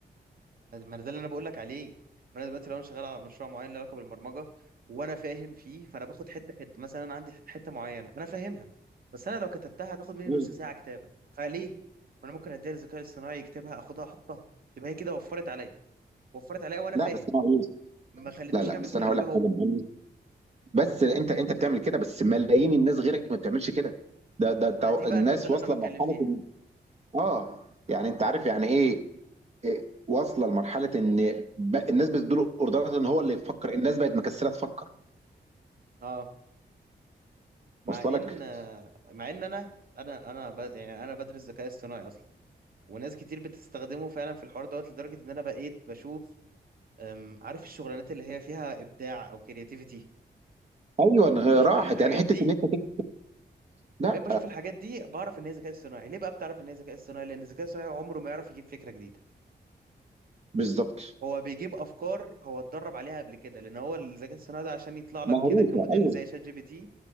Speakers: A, on the right; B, on the right.
A: ما ما ده اللي انا بقول لك عليه ما انا دلوقتي لو انا شغال على مشروع معين له علاقه بالبرمجه وانا فاهم فيه فانا باخد حته حته مثلا انا عندي حته معينه انا فاهمها بس انا لو كتبتها هتاخد مني
B: مم.
A: نص ساعه كتابه فليه ما انا ممكن اديها للذكاء الاصطناعي يكتبها اخدها احطها يبقى هي كده وفرت عليا وفرت عليا وانا
B: لا
A: فاهم
B: بس أنا هقول-
A: ما خليتوش
B: لا لا
A: يعمل
B: بس
A: كل
B: أنا هقول
A: حاجه
B: لك
A: هو
B: حاجة مهمة بس أنت أنت بتعمل كده بس ملايين الناس غيرك ما بتعملش كده ده ده التو-
A: ما انا دي بقى
B: الناس
A: النقطه اللي
B: واصلة
A: انا بتكلم
B: لمرحلة
A: فيها
B: إن آه يعني أنت عارف يعني إيه إيه، واصلة لمرحلة إن ب- الناس بتديله أوردرات إن هو اللي يفكر الناس بقت مكسلة تفكر
A: اه مع
B: واصلة لك
A: ان مع ان انا انا انا ب... يعني انا بدرس ذكاء اصطناعي اصلا وناس كتير بتستخدمه فعلا في الحوار دوت لدرجه ان انا بقيت بشوف أم، عارف الشغلانات اللي هي فيها ابداع او كرياتيفيتي
B: ايوه
A: بقيت
B: غ-
A: بشوف
B: راحت
A: الحاجات
B: يعني حته
A: دي
B: ان انت تك... لا
A: بقيت بشوف الحاجات دي بعرف ان هي ذكاء اصطناعي ليه بقى بتعرف ان هي ذكاء اصطناعي لان الذكاء الاصطناعي عمره ما يعرف يجيب فكره جديده
B: بالظبط
A: هو بيجيب افكار هو اتدرب عليها قبل كده لان هو الذكاء الصناعي ده عشان يطلع لك
B: مهروسه
A: كده كموديل
B: ايوه
A: زي شات جي بي تي